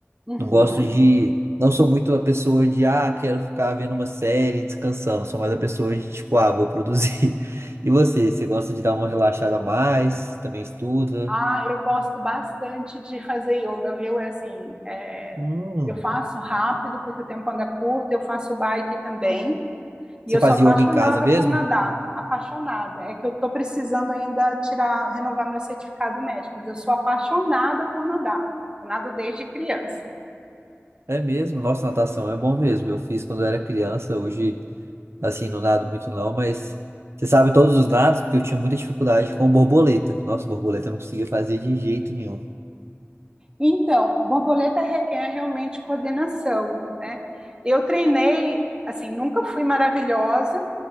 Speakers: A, on the right (about 20°); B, on the right (about 65°).
A: Uhum.
B: Não gosto de. Não sou muito a pessoa de, ah, quero ficar vendo uma série e descansando. Sou mais a pessoa de, tipo, ah, vou produzir. <laughs> E você? Você gosta de dar uma relaxada a mais? Também estuda?
A: Ah, eu gosto bastante de fazer yoga, viu? É Assim, é,
B: Hum.
A: eu faço rápido porque o tempo anda curto, eu faço bike também, e
B: Você
A: eu sou
B: faz
A: apaixonada
B: yoga em casa mesmo?
A: por nadar. Apaixonada. É que eu estou precisando ainda tirar, renovar meu certificado médico, mas eu sou apaixonada por nadar. Eu nado desde criança.
B: É mesmo, nossa, natação é bom mesmo. Eu fiz quando eu era criança, hoje, assim, não nado muito não, mas você sabe todos os nados, porque eu tinha muita dificuldade com borboleta. Nossa, borboleta eu não conseguia fazer de jeito nenhum.
A: Então, borboleta requer realmente coordenação, né? Eu treinei, assim, nunca fui maravilhosa,